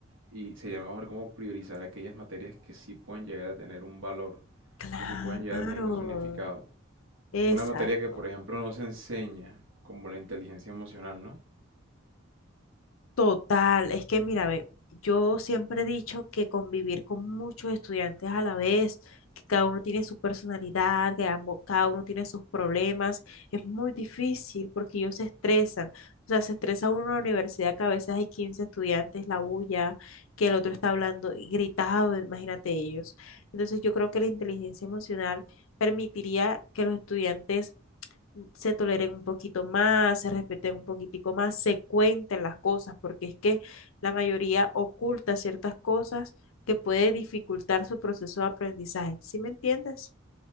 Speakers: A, on the right; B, on the left.
A: y sería mejor como priorizar aquellas materias que sí pueden llegar a tener un valor,
B: Claro,
A: que sí pueden llegar a tener un significado.
B: exacto.
A: Una materia que, por ejemplo, no se enseña, como la inteligencia emocional, ¿no?
B: Total, es que mira, ve, yo siempre he dicho que convivir con muchos estudiantes a la vez, que cada uno tiene su personalidad, que ambos, cada uno tiene sus problemas, es muy difícil porque ellos se estresan. O sea, se estresa uno en la universidad que a veces hay 15 estudiantes, la bulla, que el otro está hablando y gritado, imagínate ellos. Entonces yo creo que la inteligencia emocional permitiría que los estudiantes se toleren un poquito más, se respeten un poquitico más, se cuenten las cosas, porque es que la mayoría oculta ciertas cosas que puede dificultar su proceso de aprendizaje. ¿Sí me entiendes?